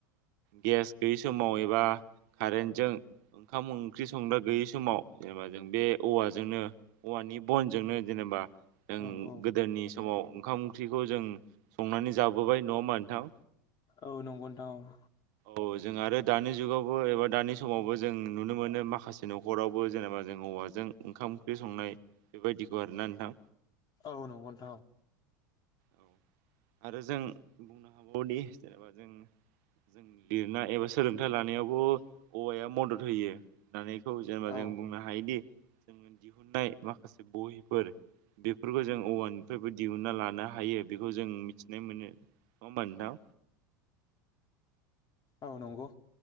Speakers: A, on the right; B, on the left.
A: गेस गैयि समाव एबा कारेन्टजों ओंखाम ओंख्रि संनो गैयि समाव जेनेबा जों बे औवाजोंनो औवानि बनजोंनो जेनेबा जों
B: औ औ
A: गोदोनि समाव ओंखाम ओंख्रिखौ जों संनानै जाबोबाय न' मा नोंथां?
B: औ नंगौ नथां औ ‌।
A: औ जों आरो दानि जुगावबो एबा दानि समावबो जों नुनो मोनो माखासे न'खरावबो जेनेबा जों औवा ज ओंख ओंख्रि संनाय बेफोरबायदिखौ आरोना नोंथां।
B: औ नंगौ नोंथां
A: औ आरो जों बुंनो हाबावोदि जेनेबा जों जों लिरनाय एबा सोलोंथाइ लानायावबो औवाया मदद होयो होननानै खौ जेनेबा जों
B: औ
A: बुंनो हायोदि जों दिहुननाय माखासे बहिफोर बेफोरखौ जों औवानिफ्रायबो दिहुनन्ना लानो हायो बेखौ जों मिथिनाय मोनो नङा होमबा नोंथां?
B: औ नंगौ।